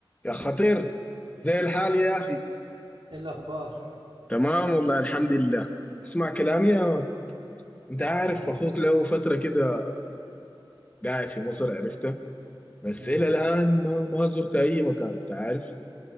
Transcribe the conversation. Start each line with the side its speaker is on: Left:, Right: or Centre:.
Left: يا خطير زي الحال يا أخي
Right: ايه الاخبار
Left: تمام والله الحمد لله اسمع كلامي يا مان أنت
Right: اسمع
Left: عارف
Right: يا باشا
Left: أخوك له فترة كده قاعد في مصر عرفته بس
Right: امم
Left: إلى الآن ما ما زرت أي مكان أنت عارف